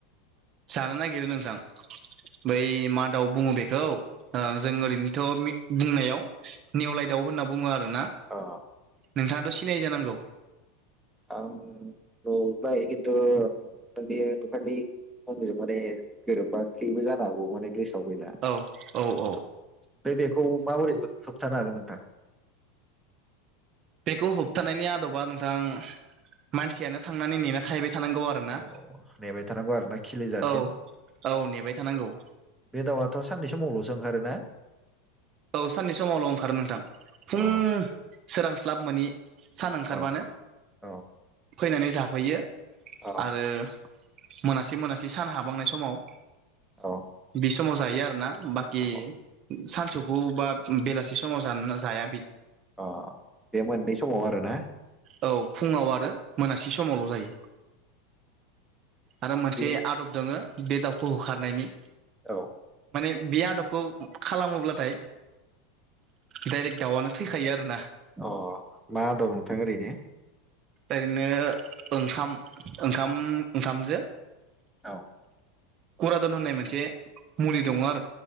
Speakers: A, on the right; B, in the centre.
A: जानो नागिरो नोंथां, बै मा दाउ बुङो बेखौ ओ जों ओरैनोथ' मे बुंनायाव नेवलाय दाउ होननानै बुङो आर दाउ ना
B: अ
A: नोंथाङाथ' सिनायो जानांगौ?
B: आं ओ नुबाय खिन्थु आंजों माने गोरोबाखैबो जानो हागौ माने गोस आवगयला
A: औ औ औ
B: फाय बेखौ माबोरै होब-होबथानो हागोन नोंथां?
A: बेखौ होबथानायनि आदबा नोंथां, मानसियानो थांनानै नेना थाहैबाय थानांगौ आरोना,
B: अ नेबाय थानांगौ आरो ना खिलिजासिम
A: औ औ नेबाय थानांगौ।
B: बे दाउआथ' साननैसोमवावल'सो ओंखारोना।
A: औ साननि समावल' ओंखारो नोंथां, फुं
B: अ
A: सोरांस्लाब मोननि सान ओंखारबानो
B: औ औ
A: फैनानै जाफैयो
B: औ
A: आरो। मोनासे मोनासे सान हाबांनाय समाव
B: औ
A: बे समाव जायो आरोना, बाखि
B: औ
A: सानसौफु बा बेलासि समाव जाननो जाया बि
B: अ बे मोननै समाव आरो ना ।
A: औ फुङाव आरो मोनासि समावल' जायो‌। आरो मोनसे
B: बे
A: आदब दङो बे दाउखौ होखारनायनि ।
B: औ
A: बे आदबखौ खालामोब्लाथाय, डाइरेक्ट दाउआनो थैखायो आरो ना।
B: अ मा दं नोंथां ओरैनो?
A: ओरैनो ओंखाम ओंखाम ओंखामजो।
B: औ
A: कुरादन होननाय मोनसे मुलि दङ आं